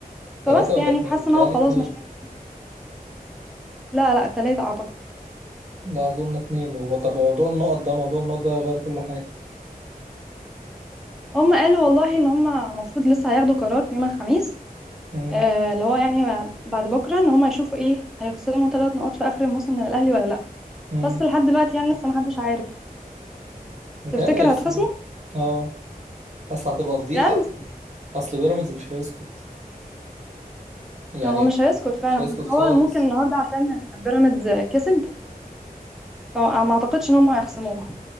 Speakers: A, on the right; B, in the centre.
A: تلاتة
B: فبس
A: ولا
B: يعني
A: اتنين؟
B: فحاسه
A: بيتهيألي
B: ان هو خلاص
A: اتنين
B: مش عارف- لا لا تلاتة اعتقد
A: لا أظن اتنين وم- طب موضوع النقط ده موضوع النقط ده غير كل حاجة
B: هم قالوا والله ان هم المفروض لسه هياخدوا قرار يوم الخميس
A: مم.
B: آه اللي هو يعني بعد بكره ان هم يشوفوا ايه هيخصموا ثلاث نقط في اخر الموسم من الاهلي ولا لا
A: مم.
B: بس لحد دلوقتي يعني لسه محدش عارف
A: بيتهيألي
B: تفتكر
A: هيخسروه
B: هتخصموا
A: اه أصل هتبقى فضيحة
B: بجد
A: أصل بيراميدز مش هيسكت يعني
B: هو مش هيسكت فعلا
A: مش هيسكت
B: بس
A: خالص
B: هو ممكن النهارده عشان بيراميدز كسب فما اعتقدش ان هم هيخصموها